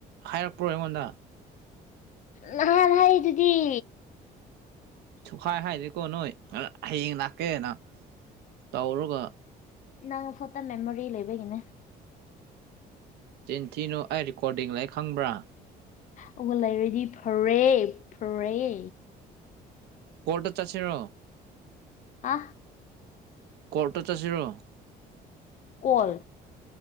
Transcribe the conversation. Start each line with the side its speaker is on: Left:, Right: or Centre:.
Right: ꯍꯥꯏꯔꯛꯄ꯭ꯔꯣ ꯑꯩꯉꯣꯟꯗ
Left: ꯅꯍꯥꯟ ꯍꯥꯏ ꯑꯗꯨꯗꯤ
Right: ꯁꯨꯛꯈꯥꯏ ꯍꯥꯏꯔꯦꯀꯣ ꯅꯣꯏ ꯍꯌꯦꯡ ꯂꯥꯛꯀꯦꯅ ꯇꯧꯔꯒ
Left: ꯏꯅꯥꯪ ꯐꯣꯇ ꯃꯦꯃꯣꯔꯤ ꯂꯩꯕꯒꯤꯅꯦ
Right: ꯆꯤꯟꯊꯤꯅꯨ ꯑꯩ ꯔꯤꯀꯣꯔꯗꯤꯡ ꯂꯩ ꯈꯪꯕ꯭ꯔꯥ
Left: ꯑꯗꯨꯒ ꯂꯩꯔꯗꯤ ꯐꯔꯦ ꯐꯔꯦ
Right: ꯀꯣꯠꯇ ꯆꯥꯁꯤꯔꯣ
Left: ꯍꯥ
Right: ꯀꯣꯔꯠꯇ ꯆꯠꯁꯤꯔꯣ
Left: ꯀꯣꯜ